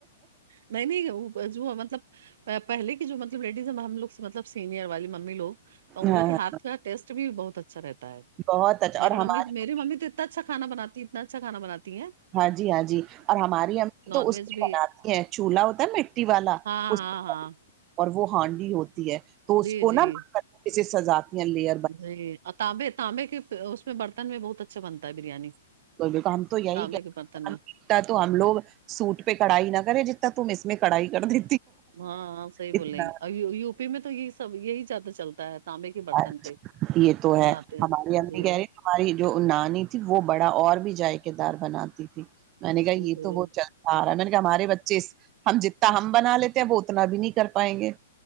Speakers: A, on the right; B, on the right.
A: نہیں نہیں جو مطلب پھ پہلے کی جو مطلب رڈیز ہم لوگ سے مطلب سینئر والی ممی لوگ تو ان
B: ہاں
A: لوگ کے ہاتھ کا ٹیسٹ بھی بہت اچھا رہتا ہے
B: بہت اچھا اور
A: میری
B: ہمارے
A: ممی میری ممی تو اتنا اچھا کھا بنی اتنا اچھا کھا بنتی ہے
B: ہاں جی ہاں جی اور ہماری امی
A: نان
B: تو اس
A: ویج بھی
B: بناتی ہیں چولہا ہوتا ہے مٹی والا
A: ہاں
B: اس
A: ہاں ہاں
B: اور وہ ہانڈی ہوتی ہے تو اس
A: جی
B: کو
A: جی
B: نا من کرتا کسی سزاتیاں لے
A: جی اور تانبے تانبے کے اس میں برتن میں بہت اچھا بنتا ہے بریانی
B: بک ہم تو یہی
A: تانبے
B: کہ
A: کے برتن میں
B: ا تو ہم لوگ سوٹ پہ کڑھائی نہ کرے جتنا تم اس میں کڑائی کر دی
A: ہاں ہاں صحیح بول
B: اتنا
A: رہی ہیں اور یو پی میں تو یہی سب یہی زیادہ چلتا ہے تانبے کے برتن
B: اچھا
A: پہ
B: یہ تو
A: بناتے
B: ہے
A: ہیں
B: ہمارے اممی
A: جی
B: کہہ رہے ہماری جو نانی تھی وہ بڑا اور بھی ذائقے دار بناتی تھی میں نے کہا یہ
A: جی
B: تو بہت سارا میں نے کہ ہمارے بچے ہم جتنا ہم بنا لیتے ہیں وہ اتنا بھی نہیں کر پائیں گے